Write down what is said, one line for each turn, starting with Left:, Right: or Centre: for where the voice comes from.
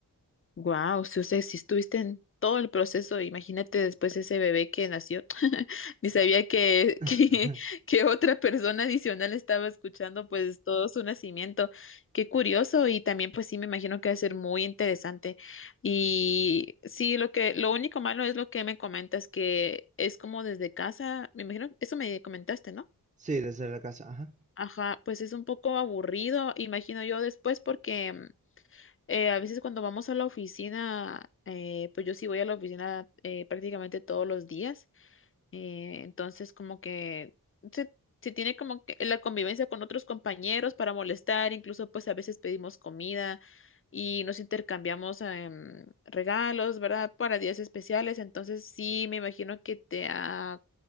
Left: Wow, si, o sea, si estuviste en todo el proceso, imagínate después ese bebé que nació, <laughs> ni sabía que,
Right: <laughs>
Left: <laughs> que, que otra persona adicional estaba escuchando pues todo su nacimiento. Qué curioso y también pues sí me imagino que va a ser muy interesante. Y sí, lo que, lo único malo es lo que me comentas, que es como desde casa, me imagino, eso me comentaste, ¿no?
Right: Sí, desde la casa, ajá.
Left: Ajá, pues es un poco aburrido, imagino yo después porque... mm, eh, a veces cuando vamos a la oficina, eh, pues yo sí voy a la oficina eh, prácticamente todos los días, eh, entonces como que se, se tiene como que la convivencia con otros compañeros para molestar, incluso pues a veces pedimos comida y nos intercambiamos em, regalos, ¿verdad? Para días especiales, entonces sí me imagino que te ha